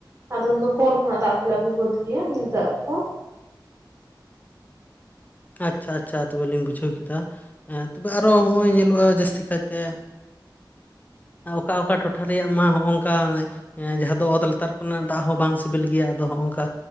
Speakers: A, on the right; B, on the left.
A: ᱟᱫᱚ ᱩᱱᱫᱚ ᱠᱚᱞ ᱠᱷᱚᱱᱟᱜ ᱫᱟᱜ ᱠᱚᱞᱮ ᱟᱹᱜᱩ ᱜᱚᱫ ᱜᱮᱭᱟ ᱧᱩ ᱫᱟᱜ ᱠᱚ
B: ᱟᱪᱪᱷᱟ ᱟᱪᱪᱷᱟ ᱛᱚᱵᱮ ᱞᱤᱧ ᱵᱩᱡᱷᱟᱹᱣ ᱠᱮᱫᱟ ᱦᱮᱸ ᱛᱚᱵᱮ ᱟᱨᱚ ᱦᱚᱸᱜᱚᱭ ᱧᱮᱞᱚᱜ-ᱟ ᱡᱟᱹᱥᱛᱤ ᱠᱟᱭᱛᱮ ᱚᱠᱟ ᱚᱠᱟ ᱴᱚᱴᱷᱟ ᱨᱮᱭᱟᱜ ᱢᱟ ᱦᱚᱜᱚᱝ ᱠᱟᱭ ᱦᱮᱸ ᱡᱟᱦᱟᱸ ᱫᱚ ᱚᱛ ᱞᱟᱛᱟᱨ ᱠᱷᱚᱱᱟᱜ ᱫᱟᱜ ᱦᱚᱸ ᱵᱟᱝ ᱥᱤᱵᱤᱞ ᱜᱮᱭᱟ ᱟᱫᱚ ᱦᱚᱸᱜᱚᱝᱠᱟ